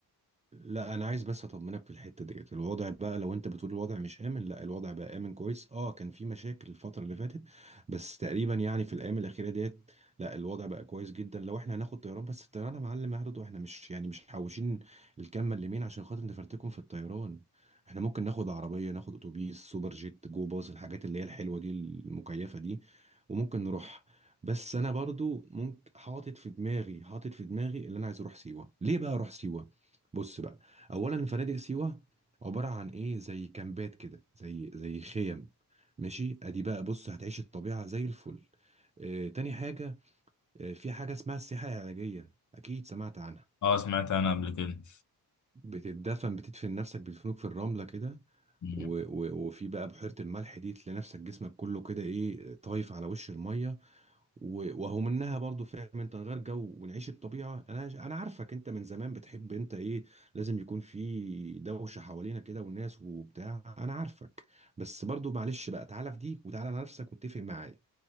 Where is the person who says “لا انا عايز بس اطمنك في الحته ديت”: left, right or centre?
Right